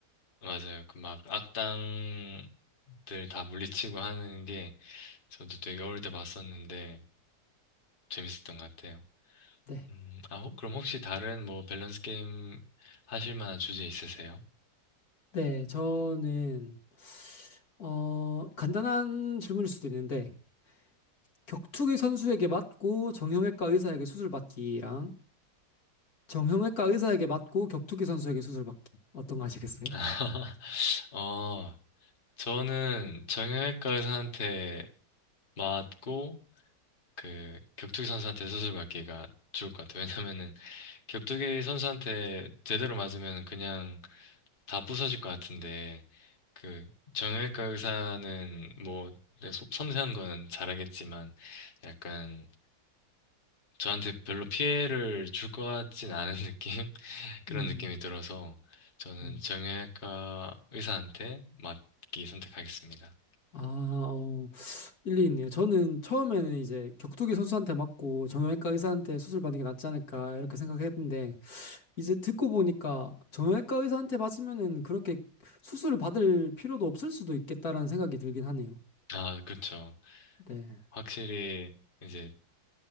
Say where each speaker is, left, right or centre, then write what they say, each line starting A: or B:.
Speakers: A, on the left (about 30°); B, on the left (about 55°).
A: 맞아요. 그 막 악당 들 다 물리치고 하는 게 저도 되게 어릴 때 봤었는데 재밌었던 것 같아요.
B: 네.
A: 음, 아, 혹- 그럼 혹시 다른 뭐 밸런스 게임 하실 만한 주제 있으세요?
B: 네, 저는, 어, 간단한 질문일 수도 있는데, 격투기 선수에게 맞고 정형외과 의사에게 수술 받기랑 정형외과 의사에게 맞고 격투기 선수에게 수술 받기. 어떤 거 하시겠어요?
A: <laughs> 어, 저는 정형외과 의사한테 맞고 그 격투기 선수한테 수술 받기가 좋을 것 같아요. 왜냐면은 격투기 선수한테 제대로 맞으면 그냥 다 부서질 것 같은데, 그, 정형외과 의사는 뭐, 네, 소- 섬세한 거는 잘하겠지만, 약간, 저한테 별로 피해를 줄 것 같진 않은 <laughs> 느낌? 그런
B: 음,
A: 느낌이 들어서, 저는
B: 음.
A: 정형외과 의사한테 맡기 선택하겠습니다.
B: 아, 어, 일리 있네요. 저는 처음에는 이제 격투기 선수한테 맞고 정형외과 의사한테 수술 받는 게 낫지 않을까 이렇게 생각했는데, 이제 듣고 보니까 정형외과 의사한테 맞으면은 그렇게 수술을 받을 필요도 없을 수도 있겠다라는 생각이 들긴 하네요.
A: 아, 그렇죠.
B: 네.
A: 확실히, 이제,